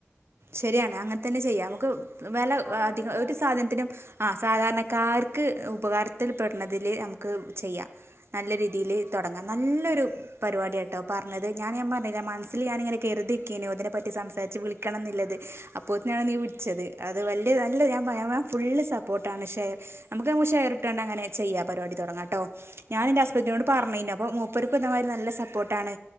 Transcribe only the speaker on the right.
ശരിയാണ് അങ്ങനെ തന്നെ ചെയ്യാം നമുക്ക് വില
അധികം ഒരു സാധനത്തിനും ആ സാധാരണക്കാർക്ക്- ഉപകാരത്തിൽപ്പെടണതിൽ നമുക്ക് ചെയ്യാം നല്ല രീതിയിൽ തുടങ്ങാം നല്ലൊരു പരിപാടിയാട്ടോ പറഞ്ഞത് ഞാൻ പറഞ്ഞില്ലെ
മനസിൽ ഞാൻ കരുതിയിരിക്കിരുന്നു ഇതിനെ പറ്റി ഇതിനെപ്പറ്റി സംസാരിച്ച് വിളിക്കണം എന്നള്ളതിൽ അപ്പോൊത്തന്നെയാണ്
നീ വിളിച്ചത് അത് വലിയ നല്ല ഞാൻ ഫുള് സപ്പോർട്ടാണ് ഷെയർ നമുക്ക് ഷെയർ ഇട്ടണ്ട് അങ്ങനെ ചെയ്യാം പരിപാടി തുടങ്ങട്ടൊ ഞാൻ
എന്റെ ഹസ്ബൻഡ്നോട്‌
പറഞ്ഞികഴിഞ്ഞി അപ്പൊ മൂപ്പര് ഓർക്കും എന്നാമാതിരി നല്ല സപ്പോർട്ടാണ്